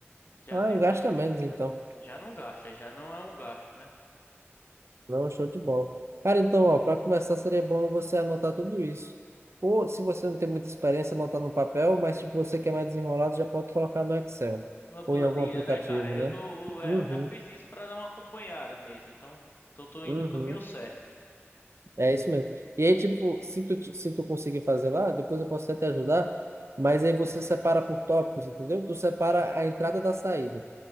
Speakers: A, on the left (about 45°); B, on the right (about 75°).
A: já
B: ah,
A: tenho
B: gasta
A: essa,
B: menos então.
A: já não gasta, já não é um gasto, né?
B: Não, show de bola. Cara, então, ó, para começar seria bom você anotar tudo isso. Ou se você não tem muita experiência, anotar no papel, mas tipo, você que é mais desenrolado, já pode colocar no Excel
A: Numa planilha,
B: ou em algum aplicativo,
A: né, cara? Eu
B: né?
A: tô, é,
B: Uhum,
A: eu já fiz isso pra dar uma acompanhada mesmo, então tô, tô indo
B: uhum.
A: no caminho certo.
B: É isso mesmo. E aí, tipo, se tu, ti- se tu conseguir fazer lá, depois eu posso até te ajudar, mas aí você separa por tópicos, entendeu? Tu separa a entrada da saída.